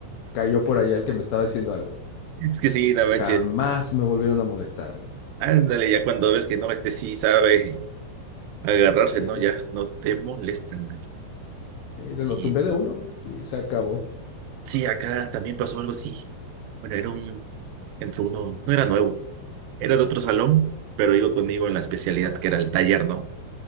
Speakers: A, on the left; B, on the right.
A: Cayó por allá el que me estaba diciendo algo.
B: Es que sí, no manches.
A: Jamás me volvieron a molestar. güey.
B: Ándale, ya cuando ves que no, este sí sabe agarrarse,
A: Sí,
B: no, ya no te molestan.
A: sí,
B: Sí,
A: lo tumbé de uno y se acabó.
B: sí, acá también pasó algo así. Bueno, era un, entró uno, no era nuevo. Era de otro salón, pero iba conmigo en la especialidad que era el taller, ¿no?